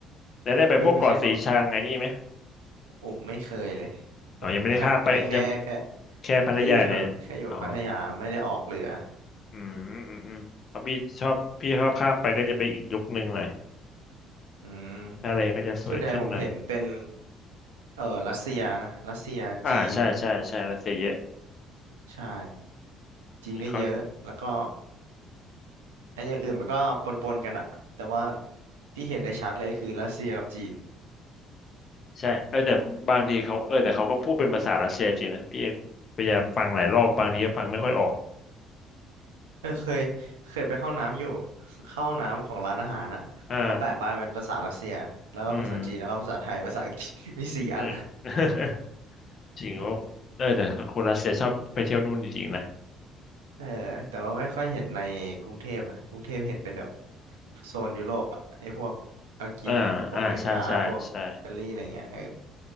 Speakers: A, on the left (about 40°); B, on the right (about 75°).
A: แล้วได้ไปพวกเกาะสีชังไอ้นี่ไหม
B: เฮ้ยไม่ใช่ปะโอ้ไม่เคยเลยผมแค่ไปแค่แค่
A: อ๋อยังไม่ได้ข้ามไปจะแค่พัทยาเนี่ยอ๋อ
B: แค่อยู่แถวนั้นแค่อยู่พัทยาไม่ได้ออกเรือ
A: อืมอืมอืมเพราะพี่ชอบพี่ชอบข้ามไปก็จะไปอีกยุคหนึ่งหน่อย
B: อืม
A: ทะเลก็จะสวยขึ้นหน่อย
B: ส่วนใหญ่ผมเห็นเป็นเออรัสเซียนะรัสเซียจีน
A: อ่าใช่ใช่ใช่รัสเซียเยอะ
B: ใช่จีนก็เยอะแล้วก็
A: เขา
B: ไอ้อย่างอื่นมันก็ปนๆกันอะแต่ว่าที่เห็นได้ชัดเลยคือรัสเซียกับจีน
A: ใช่เออแต่บางทีเขาเออแต่เขาก็พูดเป็นภาษารัสเซียจริงนะพี่พยายามฟังหลายรอบบางทีก็ฟังไม่ค่อยออก
B: เออเคยเคยไปเข้าห้องน้ำอยู่เข้าห้องน้ำของร้านอาหารอ่ะเขาแปะป้ายเป็นภาษารัสเซียแล้วก็ภาษาจีนแล้วก็ภาษาไทยภาษาอังกฤษ
A: อ่าอืม
B: <laughs> มีสี่อัน
A: อืม <laughs> จริงว่าเออแต่คนรัสเซียชอบไปเที่ยวนู่นจริงๆนะ
B: <laughs> เออแต่ว่าไม่ค่อยเห็นในกรุงเทพนะกรุงเทพเห็นเป็นแบบโซนยุโรปอะไอ้พวกอังกฤษพวกอเมริกาพวกอิตาลีอะไรเงี้ยเออ
A: อ่าอ่าใช่ใช่ใช่